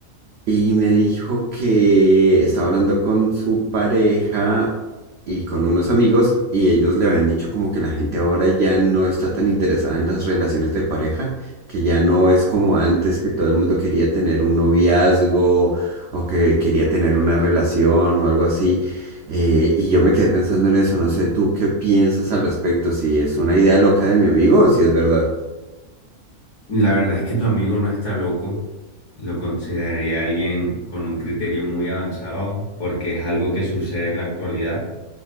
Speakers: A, on the right (about 75°); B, on the left (about 50°).
A: y me dijo que estaba hablando con su pareja y con unos amigos y ellos le habían dicho como que la gente ahora ya no está tan interesada en las relaciones de pareja, que ya no es como antes que todo el mundo quería tener un noviazgo o que quería tener una relación o algo así. Eh, y yo me quedé pensando en eso, no sé tú qué piensas al respecto, si es una idea loca de mi amigo o si es verdad.
B: La verdad es que tu amigo no está loco. Lo consideraría alguien con un criterio muy avanzado porque es algo que sucede en la actualidad,